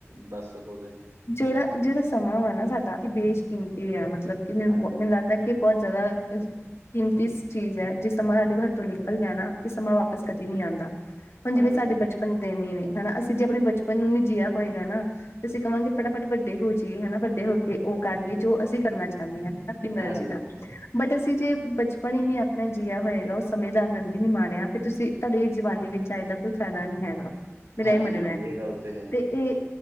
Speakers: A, on the right (about 80°); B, on the left (about 60°).
A: ਦੱਸ ਸਕੋ ਤੇ
B: ਜਿਹੜਾ -ਜਿਹੜਾ ਸਮਾਂ ਵਾ ਨਾ ਸਾਡਾ ਇਹ ਬੇਸ਼ਕੀਮਤੀ ਆ ਮਤਲਬ ਕਿ ਮੈ ਮੈਨੂੰ
A: ਹਾਂਜੀ
B: ਲੱਗਦਾ ਕੇ ਬਹੁਤ ਜ਼ਿਆਦਾ ਕੀਮਤੀ ਸ ਚੀਜ਼ ਐ ਜਿਸ ਸਮਾਂ ਸਾਡੇ ਹੱਥ ਤੋਂ ਨਿਕਲ ਜੇ ਨਾ ਇਹ ਸਮਾਂ ਵਾਪਸ ਕਦੇ ਨਹੀਂ ਆਉਂਦਾ। ਹੁਣ ਜਿਵੇਂ
A: ਹਾਂਜੀ
B: ਸਾਡੇ
A: ਹਾਂਜੀ
B: ਬਚਪਨ ਦੇ ਦਿਨ ਹੀ ਨੇ ਹਨਾ ਅਸੀਂ ਜੇ ਆਪਣੇ ਬਚਪਨ ਨੂੰ ਵੀ ਜੀਆ ਹੋਏਗਾ ਨਾ ਤੇ ਅਸੀਂ ਕਹਵਾਂਗੇ ਫਟਾਫਟ ਵੱਡੇ ਹੋ ਜਾਈਏ ਹਨਾ ਵੱਡੇ ਹੋ ਕੇ ਉਹ ਕਰੀਏ ਜੋ ਅਸੀਂ ਕਰਨਾ ਚਾਹੁੰਨੇ ਆ ਹਨਾ ਆਪਣੀ ਮਰਜ਼ੀ
A: ਹਾਂਜੀ
B: ਦਾ
A: ਹਾਂਜੀ
B: ਬਟ ਅਸੀਂ ਜੇ ਬਚਪਨ ਹੀ ਨੀ ਆਪਣਾ ਜੀਆ ਹੋਏਗਾ ਉਸ ਸਮੇਂ ਦਾ ਆਨੰਦ ਹੀ ਨਹੀਂ ਮਾਣਿਆਂ ਫਿਰ ਤੁਸੀ ਤੁਹਾਡੀ ਜਵਾਨੀ ਵਿੱਚ ਆ ਇਹਦਾ ਕੋਈ ਫਾਇਦਾ ਨੀ ਹੈਗਾ ਮੇਰਾ
A: ਹਾਂਜੀ,
B: ਇਹ ਮੰਨਣਾ
A: ਹਾਂਜੀ
B: ਐ
A: ਇਹ ਗੱਲ ਹੈ।
B: ਤੇ ਇਹ